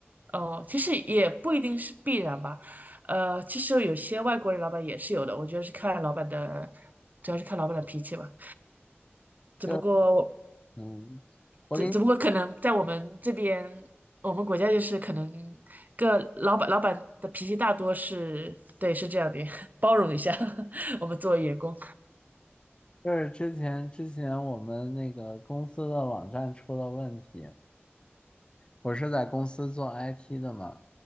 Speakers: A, on the right (about 40°); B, on the left (about 25°).
A: 哦，其实也不一定是必然吧，呃，其实有些外国人老板也是有的，我觉得是看老板的，主要是看老板的脾气吧。只不过我，
B: 就嗯，我给你
A: 只只不过可能在我们这边，我们国家就是可能个老板老板的脾气大多是，对，是这样的，<laughs> 包容一下 <laughs> 我们作为员工。
B: 就是之前之前我们那个公司的网站出了问题，我是在公司做 IT 的嘛，